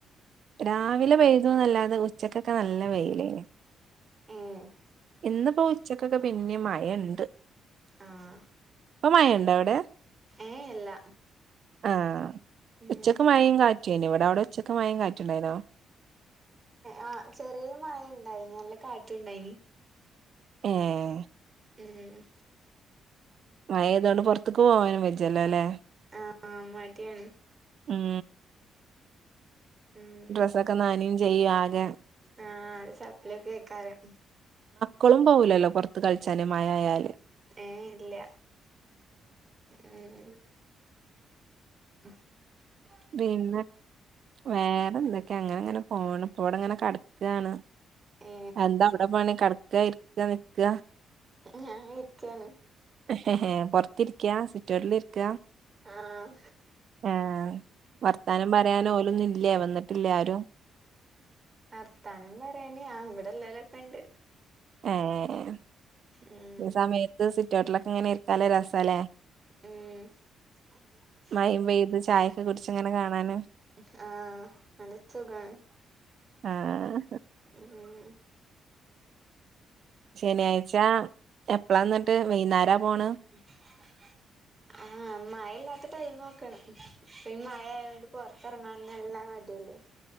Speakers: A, on the right (about 55°); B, on the right (about 20°).
A: രാവിലെ പെയതുന്നല്ലാതെ ഉച്ചക്കൊക്കെ നല്ല വെയിലേനി
B: ഏഹ്
A: ഇന്ന് ഇപ്പോ ഉച്ചക്കൊക്കെ പിന്നിം മയ ഇണ്ട്
B: ആഹ്
A: ഇപ്പൊ മഴുണ്ടോ അവിടെ
B: ഏഹ് ഇല്ല
A: ആഹ്
B: ഉം
A: ഉച്ചക്ക് മഴയും കാ <unintelligible> ഇവിടെ അവിടെ ഒച്ചക് മഴിയിം കാട്ടുണ്ടായിനോ
B: ആ ചെറിയ മഴ ഇണ്ടായിനി നല്ല കാറ്റും ഉണ്ടായിനി
A: ഏഹ്
B: ഉം
A: മഴപെയ്തോണ്ട് പുറത്ക്ക് പോകാനും വെജല്ലോല്ലേ
B: ആഹ് മടിയാണ്
A: മ്മ്
B: ഉം
A: ഡ്രസ്സൊക്കെ നനയും ചെയ്യും ആകെ
B: അഹ് ആകെ ചപ്ലിയോകെആയിക്കാരം
A: കൊളും പോവുലല്ലോ പുറത്ത് കളിച്ചാന് മഴായായാല്
B: ഏഹ് ഇല്ല മ്മ് <unintelligible>
A: പിന്നെ വേറെ എന്തൊക്കെ അങ്ങനെങ്ങനെ പോണ് ഇപ്പോവിടങ്ങനെ കടകാണ്
B: ഏ
A: എന്താ അവിടെ പണി കടക്ക ഇരിക്ക നിൽക്ക
B: ഞാൻ ഇരിക്കാണ്
A: ഏഹ് എഹെ പൊറത്തിരിക്കാ സിറ്റോട്ടിലിരിക്ക
B: ആഹ്
A: എഹ് വർത്താനം പറയാൻ ഓലൊന്നും ഇല്ലേ വന്നിട്ടില്ലേ ആരും
B: ആർത്താനം പറയാന് ഇവിടെ ഇലോളൊക്കെ ഇണ്ട്
A: ഏഹ്
B: ഉം
A: ഈ സമയത്ത് സിറ്റോട്ടിലൊക്കെ ഇങ്ങനെ ഇരിക്കാന് നല്ലരസാല്ലേ
B: ഉം <inaudible>
A: മയം പെയ്ത് ചായൊക്കെ കുടിച്ച് ഇങ്ങനെ കാണൻ
B: ആഹ് ആഹ് നല്ല സുഖമാണ്
A: ആഹ്
B: ഉം
A: ശനിയാഴ്ച എപ്പളാ ഇന്നിട്ട് വൈന്നാര പോണ്
B: <unintelligible>
A: <inaudible>
B: ആഹ് മഴയില്ലാത്ത ടൈം നോക്കണം ഇപ്പൊ ഈ മഴയായതുകൊണ്ട് പുൊറത്തിറങ്ങാന്ന് നല്ലമടിയല്ലേ